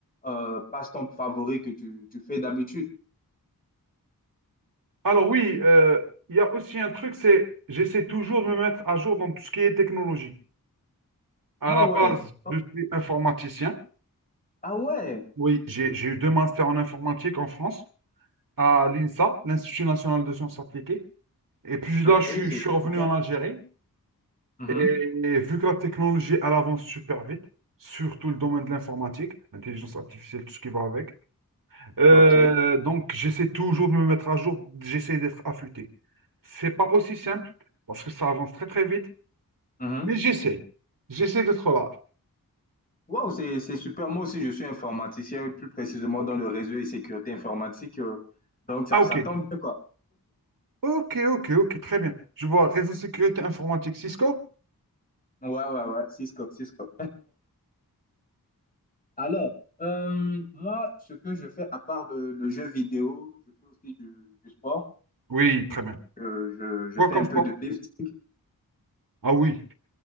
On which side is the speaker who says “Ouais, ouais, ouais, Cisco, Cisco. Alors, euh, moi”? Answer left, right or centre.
Left